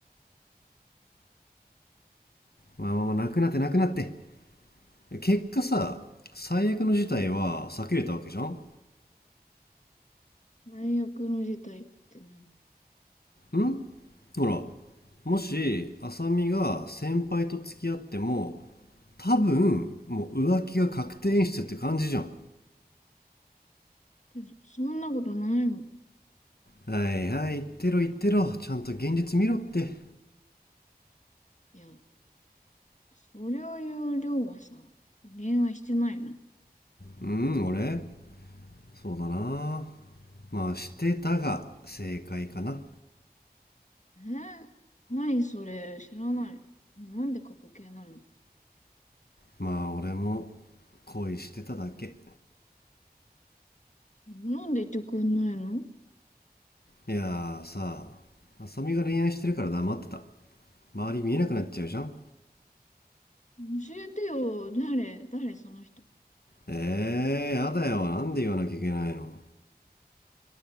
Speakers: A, on the left; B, on the left.
A: う。まあまあまあ、なくなってなくなって。結果さ、最悪の事態は避けれたわけじゃん
B: 最悪の事態って何
A: んほら、もし、浅見が先輩と付き合っても、多分、もう浮気が確定演出って感じじゃん。
B: 私そんなことないもん。
A: はいはい、言ってろ言ってろ。ちゃんと現実見ろって。
B: いや、それを言う量はさ、恋愛してないの
A: うん、俺そうだなまあ、してたが正解かな。
B: えーはいそれ、知らない。なんで過去形なの
A: まあ俺も恋してただけ
B: なんで言ってくんないの
A: いやーさ浅見が恋愛してるから黙ってた周り見えなくなっちゃうじゃん
B: 教えてよ、誰、誰その人。
A: えー、やだよなんで言わなきゃいけないの